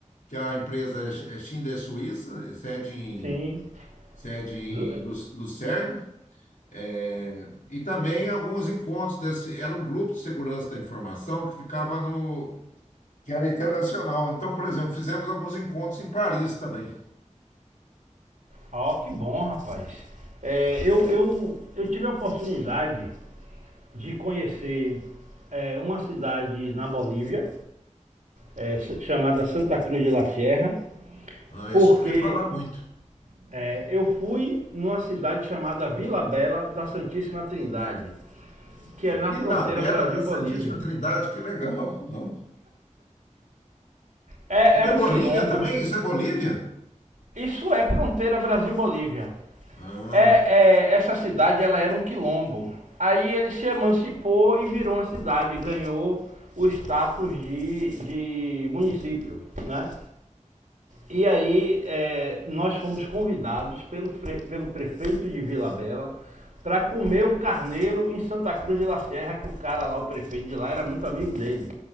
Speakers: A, on the left; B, on the right.
A: que a empresa é Sch- é Schindler Suíça, sede em,
B: Sim.
A: sede em
B: Zo- é,
A: Lu- Lucerne, é, e também alguns encontros desse. Era um grupo de segurança da informação que ficava no. que era internacional. Então, por exemplo, fizemos alguns encontros em Paris também.
B: Ó, que bom, rapaz. É, eu, eu, eu tive a oportunidade de conhecer é, uma cidade na Bolívia, é, s- chamada Santa Cruz de la Sierra,
A: Ah,
B: porque
A: isso eu ouvi falar muito.
B: é, eu fui numa cidade chamada Vila Bela da Santíssima Trindade, que é na
A: Ilhabela
B: fronteira Brasil-Bolívia.
A: da Santíssima Trindade, que legal, <laughs> não?
B: É,
A: Isso
B: era
A: é
B: um
A: Bolívia
B: quilombo.
A: também? Isso é Bolívia?
B: Isso é fronteira Brasil-Bolívia.
A: Ah,
B: É, é, essa cidade ela era um quilombo. Aí ele se emancipou e virou uma cidade, ganhou o status de, de município, né? E aí é, nós fomos convidados pelo, pelo prefeito de Vila Bela para comer um carneiro em Santa Cruz de La Serra, que o cara lá, o prefeito de lá, era muito amigo dele.